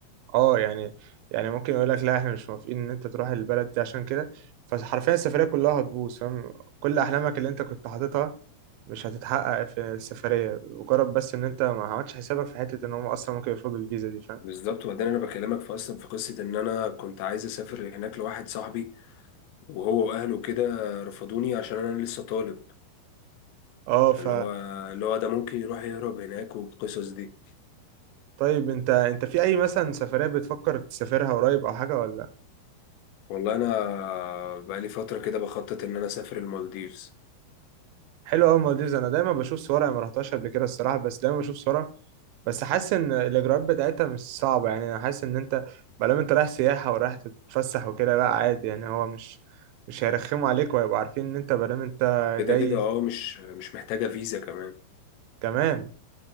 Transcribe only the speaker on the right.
اه يعني يعني ممكن يقول لك لا احنا مش موافقين ان انت تروح البلد دي عشان كده فحرفيا السفريه كلها هتبوظ فاهم كل احلامك اللي انت كنت حاططها مش هتتحقق في السفريه مجرد بس ان انت ما عملتش حسابك في حته ان هم اصلا ممكن يفرضوا الفيزا دي فاهم
اه ف
طيب انت انت في اي مثلا سفريه بتفكر تسافرها قريب او حاجه ولا
حلو قوي المالديفز انا دايما بشوف صورها أنا ما رحتهاش قبل كده الصراحه بس دايما بشوف صورها بس حاسس ان الاجراءات بتاعتها مش صعبه يعني انا حاسس ان انت بلام انت رايح سياحه ورايح تتفسح وكده لا عادي يعني هو مش مش هيرخموا عليك وهيبقوا عارفين ان انت بلام انت
جاي
كمان